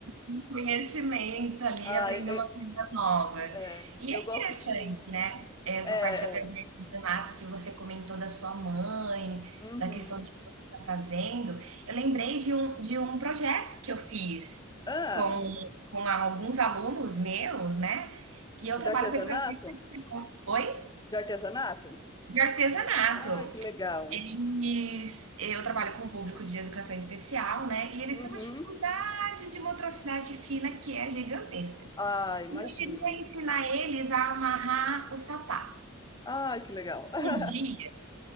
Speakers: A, on the right; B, on the left.
A: um conhecimento ali,
B: <laughs> Ai,
A: aprender uma
B: eu,
A: coisa nova.
B: é,
A: E
B: eu
A: é interessante,
B: gosto de.
A: né? Essa
B: É,
A: parte até de
B: é.
A: artesanato que você comentou da sua mãe,
B: Uhum.
A: da questão de que você está fazendo. Eu lembrei de um, de um projeto que eu fiz
B: Ah.
A: com, com alguns alunos meus, né? Que eu trabalho
B: De artesanato?
A: com educação especial. Oi?
B: De artesanato?
A: De artesanato.
B: Ai, que legal.
A: Eles, eu trabalho com o público de educação especial, né, e eles
B: Uhum.
A: têm uma dificuldade de motricidade fina que é gigantesca.
B: Ah, imagino.
A: E eu queria ensinar eles a amarrar o sapato.
B: Ai, que legal. <laughs>
A: Um dia,